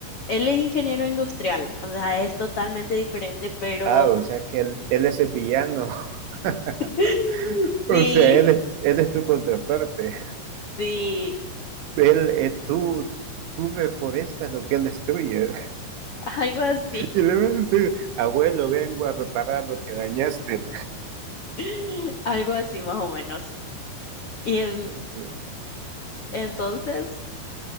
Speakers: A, on the left (about 55°); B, on the right (about 85°).
A: él es ingeniero industrial, o sea, es totalmente diferente, pero
B: Ah, o sea que él, él es sevillano. <laughs>
A: <laughs> sí,
B: O sea, él es, él es tu contraparte.
A: sí,
B: <laughs> Él, eh, tú, tú reforestas lo que él destruye.
A: algo así,
B: Y le va a decir, abuelo, vengo a reparar lo que dañaste.
A: <laughs> algo así más o menos. Y en-
B: <laughs>
A: entonces